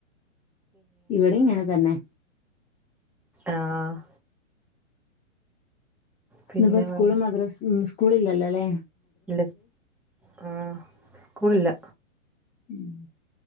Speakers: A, on the left; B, in the centre.
A: ഇവിടേം ഇങ്ങനെ തന്നെ
B: ആ ഹ് പിന്നെ
A: ഇന്ന്പ്പം സ്കൂളും
B: വേറെ
A: മദ്രസ്സ് മ് സ്കൂളില്ലല്ലോ ലെ.
B: ഇല്ലച് ആഹ സ്കൂളില്ല.
A: ഉം